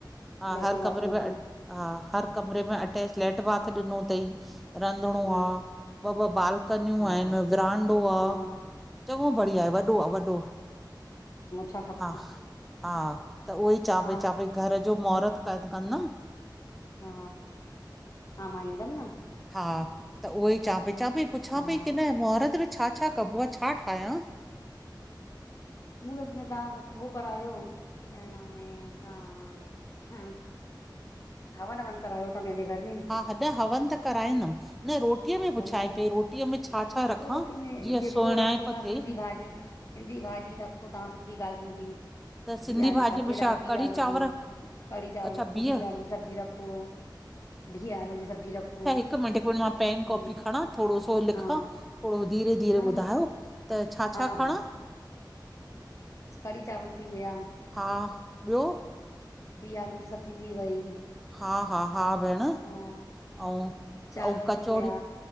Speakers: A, in the centre; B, on the left.
A: हा
B: लैट्रिन
A: हर कमरे
B: बाथरूम
A: में
B: हूंदो।
A: अट- हा, हर कमरे में अटैच लैट बाथ ॾिनो तई। रंधिणो
B: हम्म
A: आ, ॿ ॿ बालकनियूं
B: हा
A: आहिन विरांडो आ।
B: हा
A: चंगो बढ़िया है वॾो आ वॾो आ
B: छा खपे
A: हा हा। त उहोई चां
B: हा
A: पई चां पई घर जो महुरत कद कंदा।
B: हा, हा मां ईंदम् न।
A: हा त उहो ई चाँ
B: तव्हां
A: पई चाँ पई पुछां
B: हा
A: पई की न मुहरत में छा छा कबो आ छा ठायां।
B: मुहूरत में तां सत ओ करायो क्या नाम है तां। हवन ववन करायो ता पेंजे घर में।
A: हॾ हवन त कराइंदम् न रोटी। तिअ मा
B: हवन
A: पुछाऐं
B: कराए
A: पई रोटीअ में छा छा रखां
B: रोटी में
A: जीअं
B: जेको
A: सुहिणाए
B: रखो
A: प
B: तव्हां सिंधी
A: थे।
B: भाॼी। सिंधी भाॼी रखो तां सुठी गाल् थींदी।
A: त सिंधी
B: बिअ आलू,
A: भाॼीअ
B: बसेदा
A: में छा
B: बिअ
A: कढ़ी
B: आलू
A: चांवर
B: जी, हं न कढ़ी चावल
A: अच्छा
B: रखो,
A: बिह
B: बिअ आलू जी सब्जी रखो। बीअ आलू जी सब्जी रखो।
A: हिक मिनंट ॻोला, पेन
B: हम्म
A: कॉपी खणा थोरो सो लिखां,
B: हा
A: थोरो धीरे धीरे
B: हा
A: ॿुधायो, त। छा,
B: हा
A: छा खणां।
B: हा कढ़ी चांवल थी वया।
A: हा, ॿियो।
B: बिअ आलू जी सब्जी थी वई।
A: हा, हा, हा बेहेण।
B: हा
A: ऊं
B: चांवल
A: कचोड़ियूं,
B: थी विया